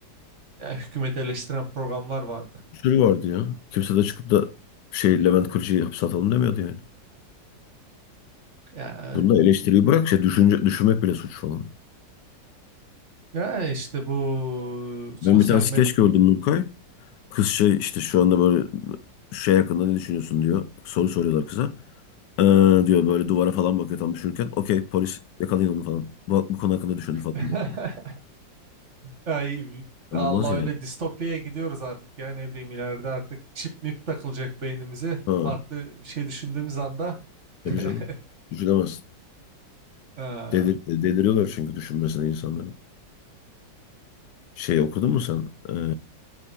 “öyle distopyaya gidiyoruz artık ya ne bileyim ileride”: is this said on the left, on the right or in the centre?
Right